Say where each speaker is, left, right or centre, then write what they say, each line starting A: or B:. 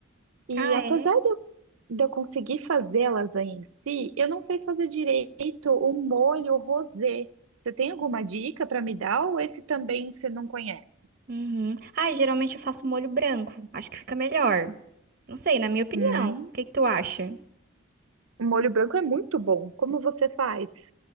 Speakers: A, on the right (about 85°); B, on the right (about 45°).
A: E
B: Ah,
A: apesar
B: é?
A: de eu, de eu conseguir fazer a lasanha em si, eu não sei fazer direito o molho rosé. Você tem alguma dica para me dar ou esse também você não conhece?
B: Uhum. Ah, geralmente eu faço molho branco. Acho que fica melhor. Não sei, na minha opinião.
A: Hum,
B: O que que tu acha?
A: o molho branco é muito bom. Como você faz?